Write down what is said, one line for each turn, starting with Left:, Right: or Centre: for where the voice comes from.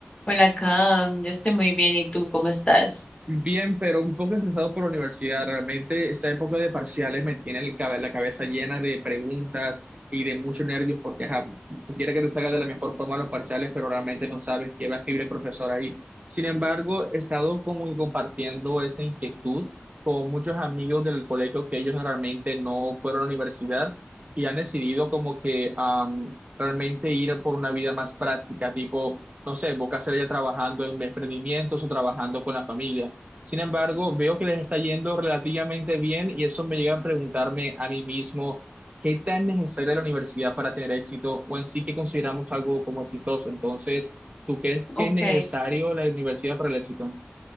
Left: Hola, Cam, yo estoy muy bien, ¿y tú cómo estás?
Right: Bien, pero un poco estresado por la universidad. Realmente esta época de parciales me tiene el cabe- la cabeza llena de preguntas y de muchos nervios porque ajá, tú quieres que te salga de la mejor forma los parciales, pero realmente no sabes qué va a escribir el profesor ahí. Sin embargo, he estado como compartiendo esta inquietud con muchos amigos del colegio que ellos realmente no fueron a la universidad y han decidido como que am, realmente ir por una vida más práctica, tipo no sé, busca hacer ya trabajando en emprendimientos o trabajando con la familia. Sin embargo, veo que les está yendo relativamente bien y eso me llega a preguntarme a mí mismo, ¿qué tan necesaria es la universidad para tener éxito o en sí que consideramos algo como exitoso? Entonces, ¿tú crees
Left: Ok,
Right: que es necesario la universidad para el éxito?